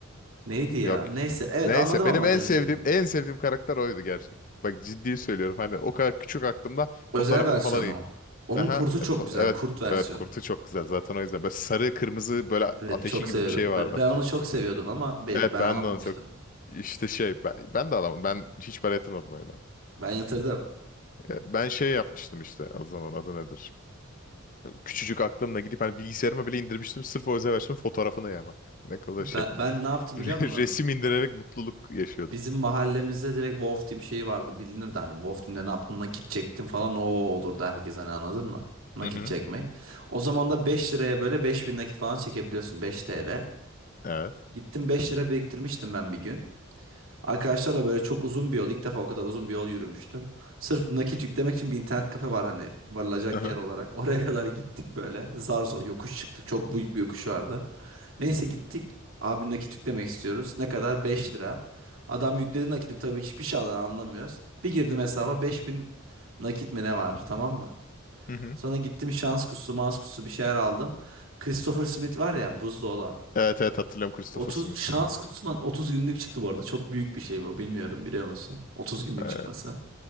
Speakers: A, on the right (about 75°); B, on the left (about 40°).
A: Neydi ya?
B: Yok.
A: Neyse. Evet
B: Neyse
A: anladım ama
B: benim en
A: demek
B: sevdiğim
A: istediğini.
B: en sevdiğim karakter oydu gerçek. Bak ciddi söylüyorum hani o kadar küçük aklımda
A: Özel
B: fotoğrafını
A: versiyonu.
B: falan
A: Onun
B: Aha,
A: kurtu
B: f-
A: çok
B: e, f-
A: güzel.
B: evet.
A: Kurt versiyonu.
B: Evet kurtu çok güzel. Zaten o yüzden böyle sarı kırmızı böyle
A: Evet
B: ateşi
A: çok
B: gibi
A: seviyordum.
B: bir şey vardı.
A: Be- Ben onu çok seviyordum ama be-
B: Evet
A: ben
B: ben
A: alamamıştım.
B: de onu çok işte şey ben, ben de alamam. Ben hiç para yatırmadım oyuna.
A: Ben yatırdım.
B: E, Ben şey yapmıştım işte o zaman adı nedir? Küçücük aklımla gidip hani bilgisayarıma bile indirmiştim. Sırf o özel versiyonun fotoğrafını ya bak. Ne kadar
A: Ben,
B: şey.
A: ben ne yaptım
B: <laughs> Re-
A: biliyor musun?
B: Resim indirerek mutluluk yaşıyordum.
A: Bizim mahallemizde direkt Wolf Team şeyi vardı. Bilinirdi hani Wolf Team'de ne yaptın nakit çektim falan o olurdu herkes hani anladın mı? Nakit
B: Hı hı.
A: çekmek. O zaman da 5 liraya böyle 5000 nakit falan çekebiliyorsun 5 TL.
B: Evet.
A: Gittim 5 lira biriktirmiştim ben bir gün. Arkadaşlarla böyle çok uzun bir yol, ilk defa o kadar uzun bir yol yürümüştüm. Sırf nakit yüklemek için bir internet kafe var hani varılacak
B: Aha.
A: yer olarak. Oraya <laughs> kadar gittik böyle. Zar zor yokuş çıktık. Çok büyük bir yokuş vardı. Neyse gittik. Abi nakit yüklemek istiyoruz. Ne kadar? 5 lira. Adam yükledi nakiti tabii hiçbir şey anlamıyoruz. Bir girdim hesaba 5000 nakit mi ne var tamam mı?
B: Hı hı.
A: Sonra gittim şans kutusu, mans kutusu bir şeyler aldım. Christopher Smith var ya buzlu olan.
B: Evet evet hatırlıyorum Christopher
A: 30
B: Smith.
A: şans kutusundan 30 günlük çıktı bu arada. Çok büyük bir şey bu. Bilmiyorum biliyor musun? 30 günlük
B: Ee,
A: çıkması.